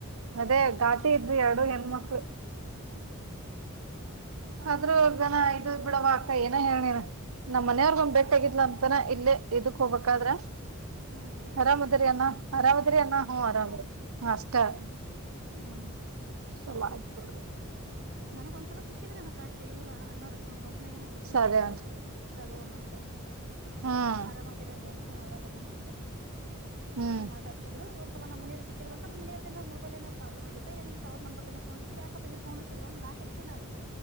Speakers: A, on the right; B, on the right.
A: ಅದೇ ಘಾಟಿ ಇದು ಎರಡು ಹೆಣ್ಮಕ್ಳು
B: <unintelligible> ಸಾಫ್ಟ್
A: ಆದ್ರೂಗನ
B: ಇತ್ತು ಎಲ್ಲಪ್ಪ
A: ಇದು ಬಿಡವಾಕ ಏನ ಹೇಳನೇನ ನಮ್ಮ್ ಮನೆಯವ್ರಗ ಒಂದ್ ಬೆಟ್ಟ ಆಗಿದ್ಲ ಅಂತನ ಇಲ್ಲೇ ಇದಕ್ ಹೋಗಬೇಕಾದ್ರ
B: ಹ್ಮ್ ಏನಂದ್ಲಂತ
A: ಅರಾಮದ್ರಿ ಅನ್ನ ಅರಾಮದ್ರಿ ಅಣ ಹ್ಮ ಅರಾಮ್ರಿ ಅಷ್ಟೇ
B: ಹ್ಮ್ ಹ್ಮ್
A: ಚಲ ಆಗ್ಬಡತ್ತ
B: ನನಗ ಒಂದ್ಸಲ ಸಿಕ್ಕಿದ್ರ ನ ಕಾಶಿ ಇವ್ರ ಅಣ್ಣರ್ ಬಸ್ನಾಗೇನ ಸಿಕ್ಕಿದ್ರಂಜ
A: ಸರಿ
B: ಸದೆೇವಣ್ಣ ಅಷ್ಟ
A: ಹ್ಮ್
B: ಆತ್ ಅರಾಮ್ತೀರನ್ಿ ಅಂದ್ರ ಹ್ ಆರಾಮ್ದೀನಿ ನಮ್ಗೆ
A: ಹ್ಮ್
B: ಮಾತಾಡ್ಸದ್ರು ಒ ಸಲ ನಮ್ಮನರು ಸಿಕ್ಕಿದ್ರ ನಮ್ಮನ ಮೊಬೈಲನ ಪ್ರಾಲಮ ಆಗತ ನ ತರ್ ನಂಬರ್ ಫೋನ್ಐತ್ತು ಯಾಕಪ್ಪ ಇರ್ ಫೋನ್ ಹಿದ್ ನ ೆನ್ ಆಿು